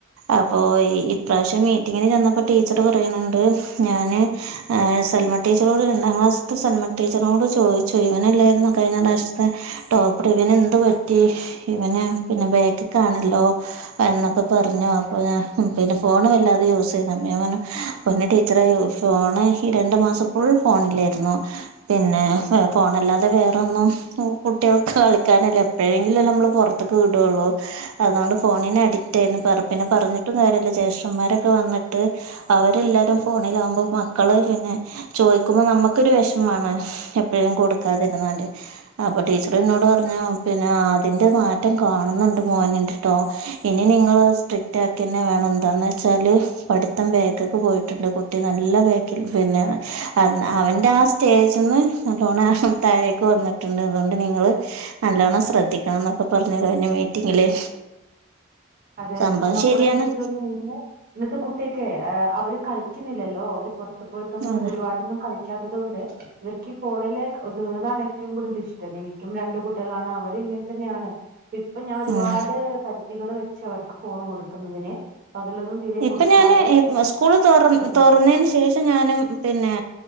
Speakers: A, on the right; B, on the right.
A: അപ്പോ ഈ ഇപ്രാവ്ശ്യം മീറ്റിങ്ങിന് ചെന്നപ്പോ ടീച്ചർ പറയ്ണ് ണ്ട് ഞാന് ആഹ് സെൽമ ടീച്ചറോട് രണ്ടാം ക്ലാസ്ത്തെ സെൽമ ടീച്ചറോട് ചോയ്ച്ച് ഇവനെല്ലായ്ര്ന്നോ കഴ്ഞ്ഞ പ്രാശ്ത്തെ ടോപ്പർ ഇവനെന്ത് പറ്റി ഇവന് പിന്നെ ബേക്ക്ക്കാണല്ലോ എന്നൊക്കെ പറഞ്ഞു അപ്പൊ ഞാ പിന്നെ ഫോണ് വെല്ലാതെ യൂസെ <unintelligible> പൊന്നു ടീച്ചറേ ഇ ഫോൺ ഈ രണ്ട് മാസം ഫുൾ ഫോണിലേര്ന്നു പിന്നെ എ ഫോണെല്ലാതെ വേറൊന്നും ഉം കുട്ട്യേൾക്ക് കളിക്കാനല്ലേ എപ്പോഴെങ്കിലൊല്ലേ നമ്മള് പൊറ്ത്ത്ക്ക് വിടൊള്ളു അതോണ്ട് ഫോണിനഡിറ്റാര്ന്നു പർ പിന്നെ പറ്ഞ്ഞ്ട്ടും കാര്യല്ല ജേഷ്ഠന്മാരൊക്കെ വന്ന് ട്ട് അവരെല്ലാരും ഫോണിലാമ്പം മക്കള് പിന്നെ ചോയ്ക്കുമ്പം നമ്മക്കൊര് വെഷ്മാണ് എപ്പെഴും കൊടുക്കാതിരുന്നാണ്ട് അപ്പം ടീച്ചറ്ന്നോട് പർഞ്ഞു പിന്നെ ആഹ് അതിന്റെ മാറ്റം കാണ്ന്നുണ്ട് മോന്ണ്ട്ട്ടോ ഇനി നിങ്ങള് സ്ട്രിക്റ്റാക്കെന്നെ വേണം ന്താന്ന് വെച്ചാല് പഠിത്തം ബേക്ക്ക്ക് പോയിട്ട്ണ്ട് കുട്ടി നല്ല ബേക്കിൽ പിന്നെ അന്ന് അവന്റെ ആഹ് സ്റ്റേജിന്ന് നല്ലോണം താഴേക്ക് വന്നിട്ടുണ്ട് അതോണ്ട് നിങ്ങള് നല്ലോണം ശ്രെദ്ധിക്കണംന്നൊക്കെ പറഞ്ഞ് കഴിഞ്ഞ മീറ്റിങ്ങില്
B: അതെ
A: സംഭവം
B: അതെ അപ്പം നമ്മള്
A: ശരിയാണ്
B: എനിക്ക് തോനുന്നു ഇന്ന് ഇന്നത്തെ കുട്ട്യേക്കെ അ അവര് കളിക്ക്ന്നില്ലല്ലോ അവര് പൊറ്ത്ത് പോയ്ട്ടൊന്നും
A: അതെ
B: ഒരുപാടൊന്നും കളി ക്ക്യാത്തതോണ്ട് ഇവർക്കീ ഫോണില് ഒത്ങ്ങ്ന്നതാണ് ഏറ്റവും കൂടുതൽ ഇഷ്ട്ടം എനിക്കും രണ്ട് കുട്ട്യാളാണ് അവെരിങ്ങൻ ത്തെന്നാണ് ഇപ്പം ഞാന് ഒരുപാട്
A: ഉം
B: പരിധികൾ വെച്ച് അവർക്ക് ഫോൺ കൊടുക്കുന്നതിന് പകലൊന്നും തീരെ
A: ഇപ്പം
B: കൊടുക്കാതെ
A: ഞാന് ഈ സ്കൂൾ തൊർ
B: അതെ
A: തൊറന്നേന് ശേഷ് ഷം ഞാനും പിന്നെ